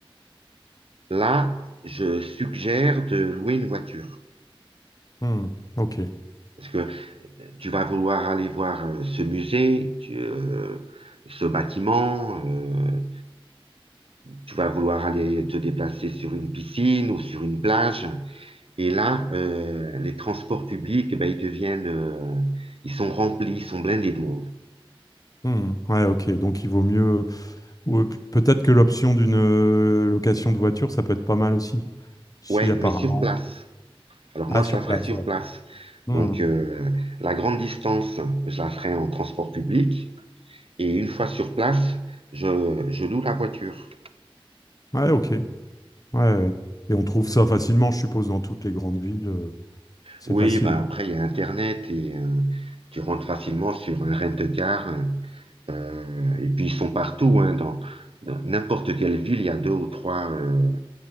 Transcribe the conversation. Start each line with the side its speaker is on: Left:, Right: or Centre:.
Right: là, je suggère de louer une voiture.
Left: Hmm, ok.
Right: Parce que euh, tu vas vouloir aller voir euh, ce musée, tu- euh, ce bâtiment, euh, tu vas vouloir aller te déplacer sur une piscine ou sur une plage. Et là, euh, les transports publics, ben, ils deviennent, euh, ils sont remplis, ils sont blindés de monde.
Left: Hmm, ouais, ok. Donc, il vaut mieux... ou, euh, peut-être que l'option d'une euh, location de voiture, ça peut être pas mal aussi. Si
Right: Ouais,
Left: apparemment.
Right: mais sur place. Alors moi,
Left: Ah,
Right: je
Left: sur
Right: la ferai
Left: place,
Right: sur
Left: ouais.
Right: place.
Left: Hmm.
Right: Donc euh, la grande distance, je la ferai en transport public. Et une fois sur place, je, je loue la voiture.
Left: Ouais, ok. Ouais, ouais. Et on trouve ça facilement, je suppose, dans toutes les grandes villes. euh, C'est
Right: Oui,
Left: facile.
Right: ben après, il y a Internet et euh, tu rentres facilement sur un rent-car. Euh, et puis, ils sont partout, hein, dans dans n'importe quelle ville, il y a deux ou trois... euh,